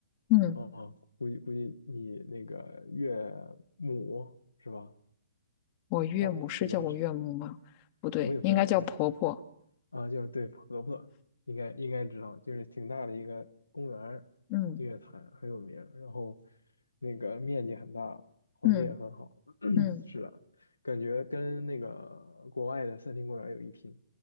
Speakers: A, on the left; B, on the left.
A: 嗯，
B: 哦，估计估计你那个岳母是吧？
A: 我岳母是叫我岳母吗？
B: 丈就怎么称，
A: 不对，
B: 我也不知道，
A: 应该叫婆婆。
B: 反正。啊，就是对婆婆，应该应该知道，就是挺大的一个公园儿，
A: 嗯
B: 日月潭很有名儿然后那个面积很大，环境也很好，
A: 嗯
B: <coughs>
A: 嗯，
B: <clears throat> 是的，感觉跟那个国外的森林公园有一拼。